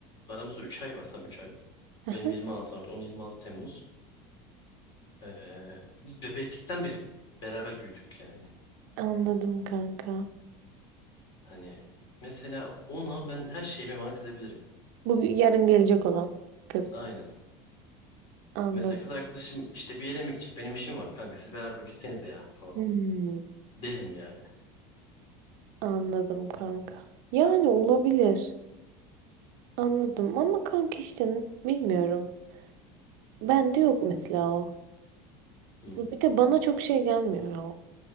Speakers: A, on the left; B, on the right.
A: aramızda 3 ay var tam 3 ay.
B: Aha,
A: Benim 26 Mart on yirmi altı Temmuz. E, biz bebeklikten beri beraber büyüdük yani.
B: Anladım kanka.
A: Hani mesela ona ben her şeyimi emanet edebilirim.
B: Bu yarın gelecek olan kız.
A: Aynen.
B: Anladım.
A: Mesela kız arkadaşım işte bir yere mi gidecek benim işim var kanka siz beraber gitsenize ya falan
B: Hmm,
A: derim yani.
B: anladım kanka. Yani olabilir. Anladım ama kanka işte bilmiyorum. Bende yok mesela o.
A: Hı hı.
B: Bir de bana çok şey gelmiyor ya.